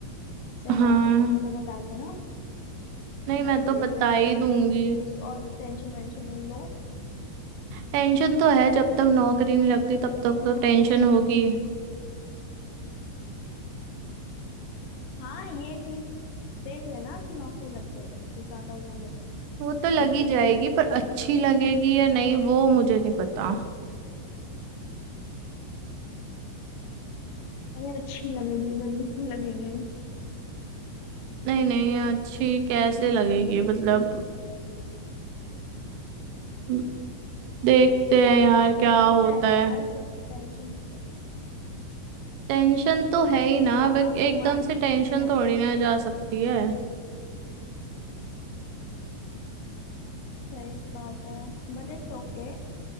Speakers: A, on the left (about 85°); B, on the right (about 85°).
A: सही
B: हाँ
A: बात है तुम मेरे को बता देना
B: नहीं
A: मैं
B: मैं तो
A: भेज
B: बता
A: दूंगी
B: ही
A: पैसे
B: दूंगी
A: वैसे उस और टेंशन वेंशन नहीं लो
B: टेंशन तो है जब तक नौकरी नहीं लगती तब तक
A: हाँ
B: तो टेंशन
A: टेंशन
B: होगी
A: वगैरह मत लो हाँ ये चीज देख लेना नौकरी लग जाएगी कुछ ज्यादा वो नहीं है
B: वो तो लगी
A: लग जाएगी
B: जाएगी पर
A: ठीक
B: अच्छी
A: है
B: लगेगी या नहीं
A: ज्यादा
B: वो मुझे नहीं पता
A: अरे अच्छी लगेगी गंदी क्यों लगेगी
B: नहीं नहीं अच्छी कैसे लगेगी
A: अच्छी लगेगी
B: मतलब
A: सब अच्छा हो जाएगा
B: म, देखते हैं यार क्या
A: हो
B: होता
A: जाएगा
B: है
A: यार सब टेंशन मतलब
B: टेंशन तो है
A: सब
B: ही
A: ठीक
B: ना
A: होगा
B: बट एकदम
A: भगवान
B: से टेंशन
A: ने कुछ करती
B: थोड़ी ना जा सकती है
A: सही बात है बट इट्स ओके